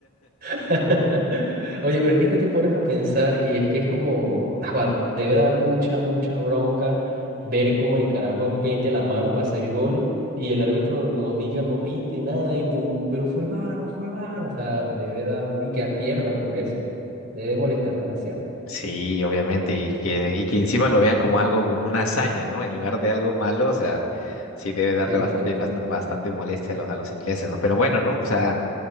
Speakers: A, on the right; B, on the left.
A: <laughs> Oye, pero es que tú te pones a pensar y es que es como, <laughs> ajua, debe dar mucha, mucha bronca ver como el carajo mete la mano para hacer el gol y el árbitro no diga, no pite, nada, y tú, pero fue mano, fue mano, o sea, debe dar, y que pierdan por eso, debe molestar demasiado.
B: Sí, obviamente, y que, y que encima lo vean como algo, como una hazaña, ¿no? En lugar de algo malo, o sea, sí debe darle
A: Sí,
B: bastante,
A: totalmente.
B: bast- bastante molestia a los, a los ingleses, ¿no? Pero bueno, ¿no? O sea,